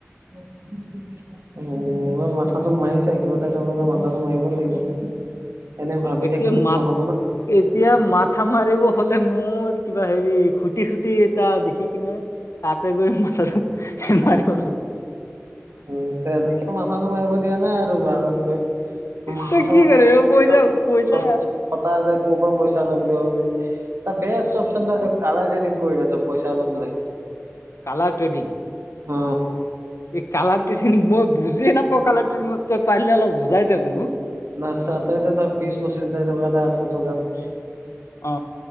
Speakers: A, on the right; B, on the left.
A: উম, এবাৰ মাথাটো মাৰিছা কিবা এটা কৰিবলে মাথাটো মাৰিব লাগিব। এনে ভাবি
B: এতিয়া
A: থাকিলেতো
B: মাথ,
A: নহ'ব ন
B: এতিয়া মাথা মাৰিব হলে মোৰ কিবা হেৰি খুটি চুটি এটা দেখি কিনে তাতে গৈ মাথা <inaudible> মাৰিব লাগ
A: উম, তেনেকে মাথাটো মাৰিব দিয়া নাই আৰু ওৱালত গৈ। মানু
B: তই কি কৰিবি
A: <unintelligible>
B: পইচা
A: যে
B: পইচা
A: ক'বাত পইচা ল বুলি ভাবে যে <unintelligible> অচন কালাৰ <unintelligible> কৰি দে ত পইচা ল বোলে
B: কালাৰ ট্ৰেডিং
A: অ
B: এই কালাৰ <unintelligible> মই বুজিয়ে নাপাওঁ কালাৰ <unintelligible> তই পাৰিলে অলপ বুজাই দে মোক
A: ন চটাইত ধৰ বিশছ পঁচিছ হাজাৰ টকা এ আছে তোৰ তাত
B: অ